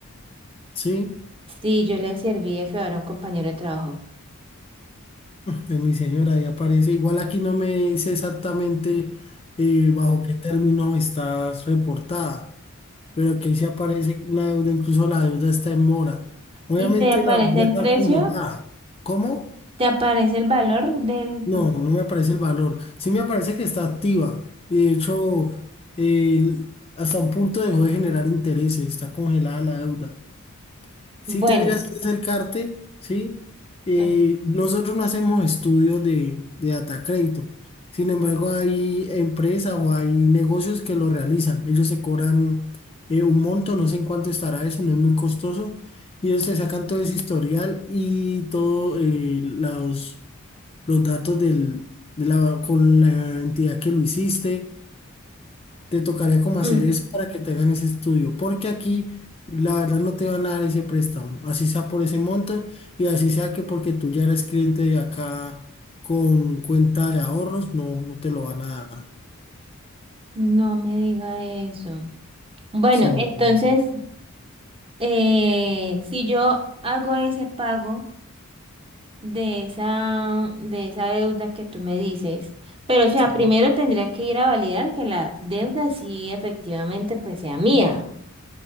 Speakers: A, on the left (about 25°); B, on the right (about 25°).
A: ¿Sí?
B: sí, yo le serví de feo a un compañero de trabajo.
A: de mi señora, ahí aparece. Igual aquí no me dice exactamente eh, bajo qué término estás reportada, pero aquí sí aparece una deuda, incluso la deuda está en mora. Obviamente
B: ¿Y te aparece
A: la deuda
B: el
A: está
B: precio?
A: congelada. ¿Cómo?
B: ¿Te aparece el valor del...
A: No,
B: de-
A: no me aparece el valor. Sí me aparece que está activa. Y de hecho, eh, hasta un punto dejó de generar intereses, está congelada la deuda. Sí
B: Bueno,
A: tendrías que acercarte, ¿sí? Eh,
B: eh,
A: nosotros no hacemos estudios de, de data crédito. Sin embargo, hay empresas o hay negocios que lo realizan. Ellos se cobran eh, un monto, no sé en cuánto estará eso, no es muy costoso. Y ellos te sacan todo ese historial y todos los, los datos del, de la, con la entidad que lo hiciste te tocaría como
B: mm,
A: hacer es para que te hagan ese estudio, porque aquí la verdad no te van a dar ese préstamo, así sea por ese monto y así sea que porque tú ya eres cliente de acá con cuenta de ahorros, no, no te lo van a dar.
B: no me diga eso. Bueno,
A: Sí, mi
B: entonces,
A: hermano,
B: eh, si yo hago ese pago... de esa, de esa deuda que tú me dices. Pero, o sea,
A: sí.
B: primero tendría que ir a validar que la deuda sí efectivamente pues sea mía.